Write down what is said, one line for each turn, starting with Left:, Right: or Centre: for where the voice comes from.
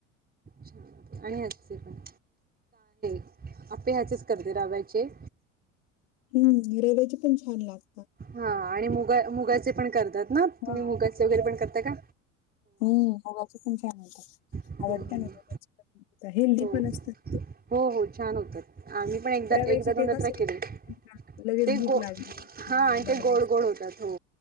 Right: छान होतात आणि ह्याचे पण. <unintelligible> आप्पे ह्याचेच करते रव्याचे.
Left: हम्म रव्याचे पण छान लागतात.
Right: हा आणि मुगा मुगाचे पण करतात ना
Left: हा
Right: तुम्ही मुगाचे वगैरे पण करता का?
Left: हो आवाचे पण छान होतात
Right: हम्म
Left: आवडते
Right: हम्म.
Left: ना मुगाचे पण हेल्दी
Right: हो
Left: पण असतात ते.
Right: हो हो छान होतात आम्ही पण एकदा
Left: रव्याचे
Right: एकदा दोनदा
Left: ते कसे
Right: ट्राय केले
Left: आपल्याला लगेच
Right: ते
Left: भूक
Right: गो
Left: लागली
Right: हां आणि ते
Left: बनवायची
Right: गोड गोड होतात हो